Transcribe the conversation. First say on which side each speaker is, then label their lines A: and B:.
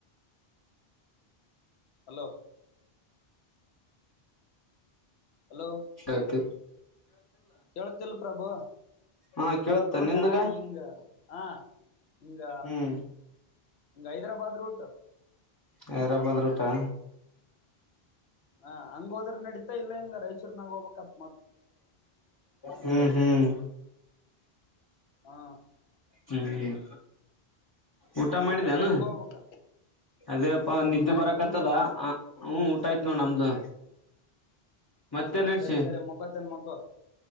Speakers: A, on the left (about 80°); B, on the left (about 30°).
A: ಹಲೋ ಹಲೋ
B: ಶಾತ್
A: ಕೇಳ್ತಿಲ್ ಪ್ರಭು
B: ಹಾ ಕೇಳತ್ತ
A: ರೋಟಾ
B: ನಿನ್ಗ
A: ಹಿಂಗ ಹಾ ಹಿಂಗ
B: ಹ್ಮ್
A: ಹೈದರಾಬಾದ್ ರೂಟು
B: ಹೈರಾಬಾದ್ ರೂಟಾ
A: ಹ ಹಂಗ ಹೋದ್ರೆ ನಡಿತಾ ಇಲ್ಲ ಹಿಂಗ ರಾಯಚೂರ್ ನಾಗ ಹೋಗಬೇಕಾತ್
B: ಹ್ಮ್ ಹ್ಮ್
A: ಹಾ
B: ಹ್ಮ್ ಹ್ಮ್ ಊಟ
A: ಮತ್
B: ಮಾಡಿದೇನು
A: ಅದೇ ಹೆಂಗ ಹೋಗ್ಬೇಕ
B: ಅದೇಪ್ಪ ನಿದ್ದೆ
A: ಊಟ ಆಯ್ತ್
B: ಬರಕ್ತ್ತದ
A: ನಿಂದ
B: ಅಂ ಹ್ಮ ಊಟ ಆಯ್ತ್ ನೋಡ್ ನಮ್ದು ಮತ್ತೆ
A: ಹ
B: ನಡ್ಸಿ
A: ಸರಿ ಸರಿ ಮಕ್ಕೋತೇನ್ ಮಕ್ಕೋ